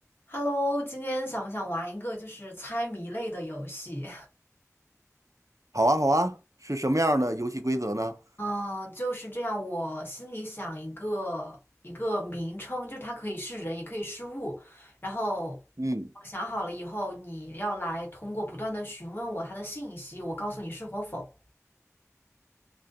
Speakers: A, on the left (about 40°); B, on the right (about 75°).
A: Hello，今天想不想玩一个就是猜谜类的游戏？
B: 好啊，好啊，是什么样的游戏规则呢？
A: 嗯，就是这样。我心里想一个一个名称，就是它可以是人，也可以是物。然后
B: 嗯，
A: 我想好了以后，你要来通过不断的询问我它的信息，我告诉你是或否。